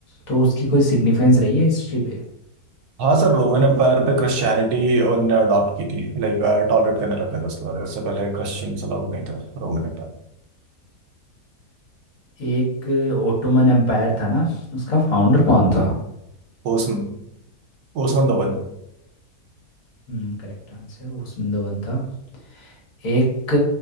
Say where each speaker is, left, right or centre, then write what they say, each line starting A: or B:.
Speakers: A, on the left (about 60°); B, on the right (about 75°).
A: तो उसकी कोई सिग्निफिकेंस रही है हिस्ट्री पे
B: हाँ सर रोमन एम्पायर पे क्रिश्चियनिटी उनने अडॉप्ट की थी लाइक टॉलरेट करने लग गए थे उसके बाद उससे पहले क्रिश्चियंस अलाउड नहीं था रोमन एम्पायर
A: एक ओटोमन एम्पायर था ना उसका फाउंडर कौन था
B: ओसमन ओसमन दोवन
A: हम्म करेक्ट आंसर ओस्मान वन था एक